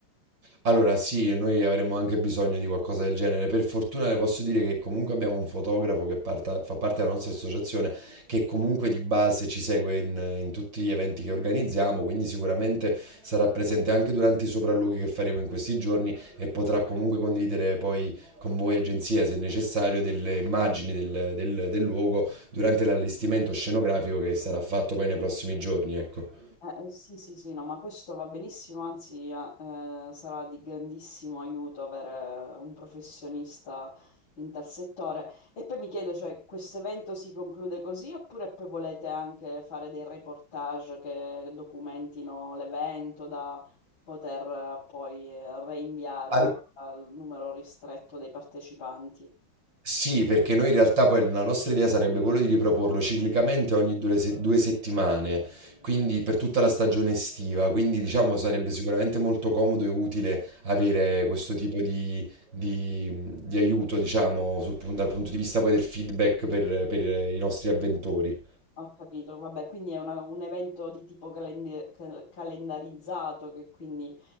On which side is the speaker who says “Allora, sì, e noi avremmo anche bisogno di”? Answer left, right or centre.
Right